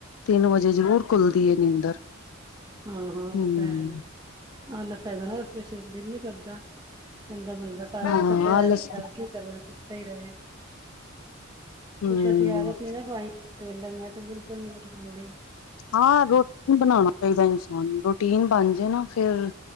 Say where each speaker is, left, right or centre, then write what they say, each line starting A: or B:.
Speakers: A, on the left; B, on the right.
A: ਤਿੰਨ ਵਜੇ ਜ਼ਰੂਰ ਖੁੱਲਦੀ ਐ ਨੀਂਦਰ।
B: ਹਾਂ ਹਾਂ ਉਹ
A: ਹਮ
B: ਤਾਂ ਹੈ ਬਸ ਹੈਗਾ ਨਾ ਕੁਛ ਦਿਲ ਨੀ ਕਰਦਾ। ਆਂਦਾ ਬੰਦਾ ਸਾਰਾ
A: ਹਾਂ
B: ਦਿਨ ਥੱਕਿਆ
A: ਆਲਸ
B: ਹੋਇਆ ਬੰਦਾ ਕੀ ਕਰਨਾ ਸੁੱਤਾ ਹੀ ਰਹੇ।
A: ਹਮ
B: ਕੁੱਛ ਅਸੀਂ ਆਦਤ ਨੀ ਨਾ ਪਾਈ ਮੈਂ ਤੇ ਬਿਲਕੁਲ ਨੀ ਉੱਠ ਪਾਂਦੀ।
A: ਹਾਂ ਰੋਟੀਨ ਬਣਾਣਾ ਚਾਹੀਦਾ ਇਨਸਾਨ ਨੂੰ ਰੋਟੀਨ ਬਣਜੇ ਨਾ ਫਿਰ।